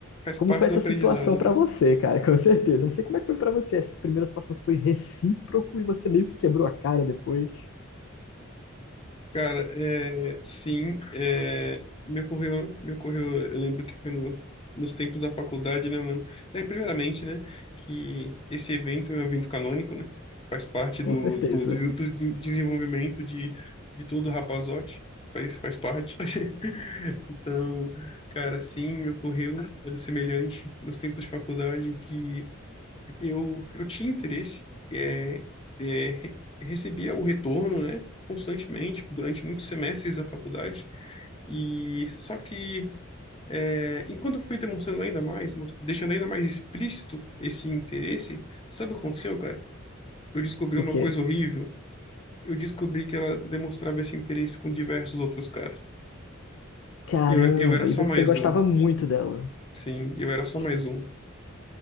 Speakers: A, on the left; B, on the left.
A: faz
B: como
A: parte
B: foi essa
A: do aprendizado,
B: situação pra
A: né?
B: você, cara, <laughs> com certeza. Eu não sei como é que foi pra você. Essa primeira situação que foi recíproco e você meio que quebrou a cara depois,
A: Cara, é, sim, é, me ocorreu, me ocorreu, eu lembro que foi no, nos tempos da faculdade, né, mano? É, primeiramente, né, que esse evento é um evento canônico, né? Faz parte
B: com
A: do,
B: certeza.
A: do, do, do desenvolvimento de, de todo rapazote, faz, faz parte. <laughs> Então, cara, sim, me ocorreu algo semelhante nos tempos de faculdade em que eu, eu tinha interesse, é, é, re- recebia o retorno, né, constantemente, durante muitos semestres da faculdade, e só que, é, enquanto eu fui demonstrando ainda mais, mo- deixando ainda mais explícito esse interesse, sabe o que aconteceu, cara? Eu descobri
B: O
A: uma
B: quê?
A: coisa horrível. Eu descobri que ela demonstrava esse interesse com diversos outros caras.
B: Caramba,
A: E eu, eu era só
B: e você
A: mais
B: gostava
A: um.
B: muito dela.
A: Sim, eu era só mais um.